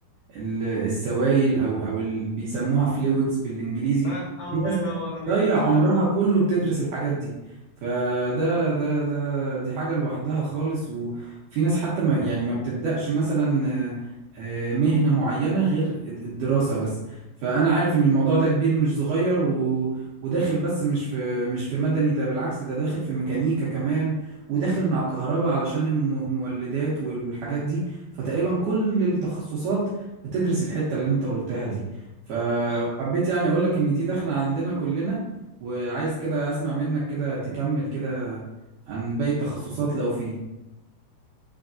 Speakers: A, on the right (about 70°); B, on the left (about 75°).
A: ال السوائل او او اللي بيسموها فلويدز بالانجليزي
B: آه، الله
A: في ناس
B: ينور عليك
A: بتضيع عمرها
B: انا كنت
A: كله بتدرس
B: مم.
A: الحاجات دي فده ده ده دي حاجة لوحدها خالص وفي ناس حتى ما يعني ما بتبدأش مثلا آه، آه، مهنة معينة غير الد- الدراسة بس فأنا عارف إن الموضوع ده كبير مش صغير و وداخل بس مش في مش في مدني ده بالعكس ده داخل في ميكانيكا كمان وداخل مع كهرباء علشان المولدات وال- والحاجات دي فتقريبا كل التخصصات بتدرس الحتة اللي انت قلتها دي فحبيت
B: آه،
A: يعني اقول لك ان دي داخلة عندنا كلنا وعايز كده اسمع منك كده تكمل كده عن باقي التخصصات لو فيه